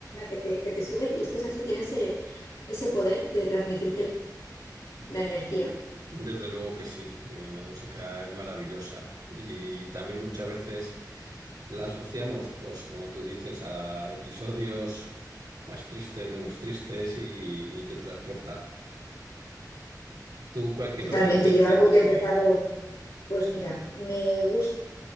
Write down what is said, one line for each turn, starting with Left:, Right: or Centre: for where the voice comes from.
Left: que te, que te sube y es que es así, tiene ese, ese poder de transmitirte la energía.
Right: Desde luego que sí, eh, la música es maravillosa y también muchas veces la asociamos, pues como tú dices, a episodios más tristes, menos tristes y, y te transporta. ¿Tú cuál, qué
Left: Totalmente,
Right: preferencias
Left: yo
Right: tienes?
Left: algo que he empezado, pues mira, me gusta.